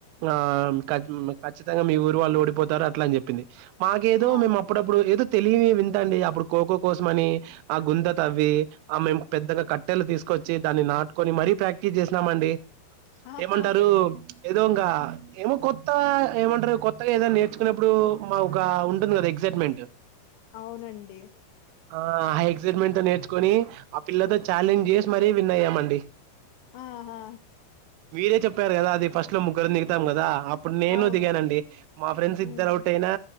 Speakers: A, on the right; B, on the left.
A: ఆ మ్మ్ కచ్ మ్ కచ్చితంగా మీ ఊరు వాళ్ళు ఓడిపోతారు అట్లా అని చెప్పింది మాకేదో
B: ఆ
A: మేము అప్పుడప్పుడు ఏదో తెలియిని వింతండి అప్పుడు కోకో కో కోసమని ఆ గుంత తవ్వి ఆ మేము పెద్దగా కట్టెలు తీసుకొచ్చి దాన్ని నాటుకొని మరీ ప్రాక్టీస్ చేస్నామండి
B: ఆహా
A: ఏమంటారు ప్చ్ ఏదోంగా ఏమో కొత్త ఏమంట్రూ కొత్ టై ఏదా నేర్చుకున్నప్పుడు మా ఒక ఉన్ కద ఎక్సైట్మెంట్
B: అవునండి
A: ఆ హై ఎక్సైట్మెంట్ తో నేర్చుకొని ఆ పిల్లతో ఛాలెంజ్ చేసి మరీ విన్ అయ్యామండి
B: ఆహా
A: మీరే చెప్పారు కదా అది ఫస్ట్ <unintelligible> ముగర్ని తాం గాదా అప్ ఇప్పుడు నేను
B: అవును
A: దిగానండి మా ఫ్రెండ్స్ ఇద్దరు
B: ఉమ్
A: అవుట్ అయినా